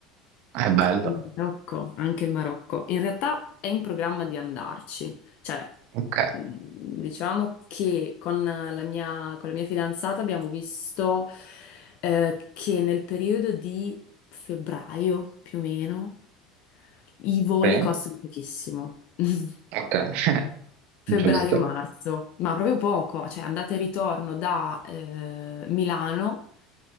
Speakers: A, on the right; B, on the left.
A: Ah, È bello.
B: Il Marocco, anche il Marocco. In realtà è in programma di andarci. Cioè,
A: Ok,
B: mh, diciamo che con la mia, con la mia fidanzata abbiamo visto eh, che nel periodo di febbraio, più o meno, i voli
A: sì,
B: costano pochissimo. <laughs>
A: ok, <laughs>
B: Febbraio-marzo,
A: giusto.
B: ma proprio poco, cioè andate e ritorno da eh, Milano,